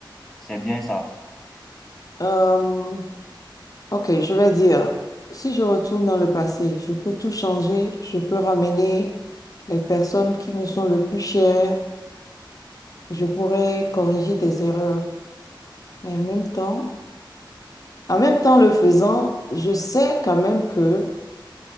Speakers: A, in the centre; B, on the left.
A: C'est bien ça.
B: Euh, ok, je vais dire, si je retourne dans le passé, je peux tout changer, je peux ramener les personnes qui me sont le plus chères, je pourrais corriger des erreurs. Mais en même temps, en même temps le faisant, je sais quand même que,